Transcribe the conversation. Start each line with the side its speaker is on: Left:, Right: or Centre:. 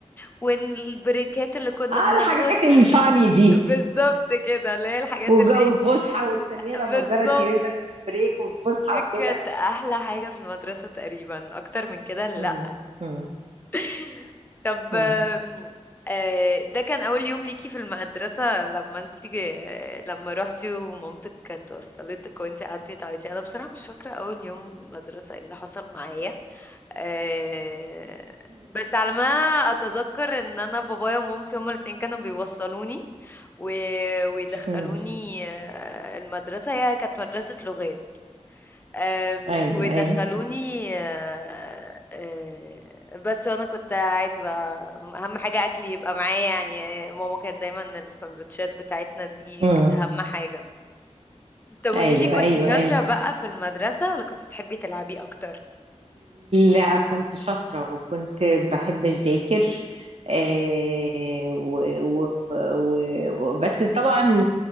Left: والبريكات اللي كنا
Right: آه
Left: بناخدها
Right: الحاجات الفاني دي
Left: بالظبط كده اللي هي الحاجات
Right: وجو
Left: اللي ايه
Right: الفسحة واستنيه
Left: بالظبط
Right: لما تجرى السرير وتاخد البريك والفسحة
Left: دي
Right: وكده
Left: كانت احلى حاجة في المدرسة تقريبا اكتر من كده لا
Right: امم امم
Left: <laughs> طب
Right: امم
Left: آم، آه، ده كان اول يوم ليكي في المدرسة لما انتي آه، لما روحتي ومامتك كانت وصلتك وانتي قعدتي تعيطي انا بصراحة مش فاكرة اول يوم مدرسة ايه اللي حصل معايا آه، بس على ما اتذكر ان انا بابايا ومامتي هما الاتنين كانوا بيوصلوني و... ويدخلوني
Right: امم <laughs>
Left: آه، المدرسة هي كانت مدرسة لغات آم،
Right: أيوه
Left: ويدخلوني
Right: أيوه
Left: آه، آه، بس وانا كنت عادي بقى اهم حاجة اكلي يبقى معايا يعني ماما كانت دايما السندوتشات بتاعتنا دي
Right: امم
Left: كانت اهم حاجة طب قوليلي
Right: أيوه
Left: كنت
Right: أيوه
Left: شاطرة
Right: أيوه
Left: بقى في المدرسة ولا كنت تحبي تلعبي اكتر
Right: لا كنت شاطرة وكنت بحب أذاكر آه و و و وبس طبعا